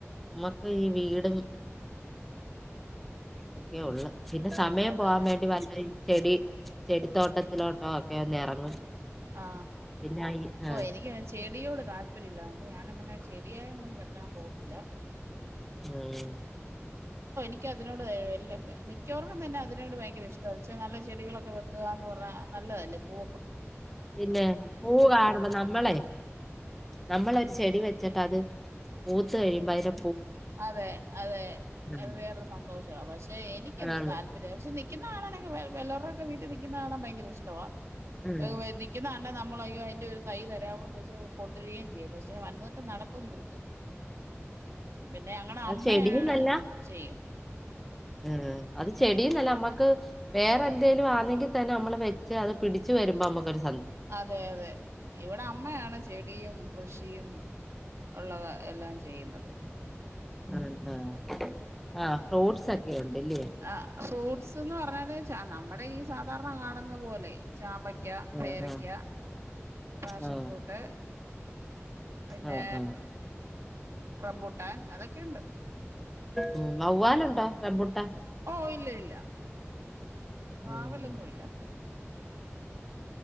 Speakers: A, in the centre; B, on the right (about 70°).
A: മ്മക്ക് ഈ വീടും ഒക്കെയുള്ളൂ പിന്നെ സമയം
B: അത്
A: പോവാൻ
B: തന്നെ
A: വേണ്ടി വല്ല ഈ ചെടി ചെടിത്തോട്ടത്തിലോട്ടൊ ക്കെല്ലെ എറങ്ങും
B: ആ
A: പിന്നെ ഈ ആ
B: ഓ എനിക്ക് ചെടിയോട് താല്പര്യല്ലാല്ലേ ഞാനങ്ങനെ ചെടിയായൊന്നും വെക്കാൻ പോവത്തില്ല
A: ഉം
B: ക്കതിനോട് ഏ എല്ലും മിക്കവാറും തന്നെ അതിനോട് ഭയങ്കര ഇഷ്ടവാ ന്ന്ച്ചാ നല്ല ചെടികളൊക്കെ വെക്കുവാന്ന് പറഞ്ഞാ ആ നല്ലതല്ലേ പൂ
A: പിന്നെ പൂ കാണുന്ന നമ്മളെ നമ്മളൊരു ചെടി വെ ച്ചിട്ട് അത് പൂത്ത് കഴിയുമ്പോ അയിന്റെ
B: അതെ അതെ
A: ഉം.
B: അഹ് വേറൊരു സന്തോഷവാ പക്ഷെ എനിക്കന്തോ
A: ആണ്.
B: താല്പര്യ പക്ഷെ നിക്കിന്ന കാണാനായ് യ്യോ വ വല്ലോരുടെക്കെ വീട്ടിൽ നിക്കിന്ന കാണാ ഭയങ്കര ഇഷ്ടവാ
A: ഉം.
B: <unintelligible> നിക്കിന്നകണ്ടാ ന മ്മളയ്യോ അയിന്റെ ഒരു തൈ തരാവോ ചോയിച്ച് കൊണ്ടുവരേയും ചെയ്യും പക്ഷെ വന്ന്ട്ട് നടത്തൊന്നുംല്ല പിന്നെ അങ്ങടെ
A: അത്
B: അമ്മയാ
A: ചെടിയെന്നല്ല
B: ചെയ്യും
A: ഉം അത് ചെടീന്നല്ല നമ്മക്ക് വേറെന്തേലും ആണെങ്കിൽ തന്നെ നമ്മള് വെച്ച് അത് പിടിച്ച് വരുമ്പോ മ്മക്കൊര്
B: അതെ അതെ ഇവിടെ അമ്മയാണ് ചെടിയും കൃഷിയും ഒള്ളത് എല്ലാം ചെയ്യുന്നത്
A: ഉം ആഹ് ആഹ് ഫ്രൂട്ട്സ് ഒക്കെ ഉണ്ടല്ലേ?
B: ആ ഫ്രൂട്ട്സ് ത്ത്ന്ന് പറഞ്ഞാല് ച ആ നമ്മടെ ഈ സാധാരണ കാണുന്നപോലെ ചാമ്പയ്ക്ക,
A: ആ
B: പേരക്ക,
A: ആ
B: പാഷൻ
A: ആ
B: ഫ്രൂട്ട് പിന്നെ
A: ആ ആ
B: റംമ്പുട്ടാൻ അതൊക്കെയുണ്ട്
A: ഉം വവ്വാലുണ്ടോ റമ്പുട്ടാ
B: ഓ ഇല്ല ഇല്ല
A: ഉം.
B: വാവലൊന്നുയില്ല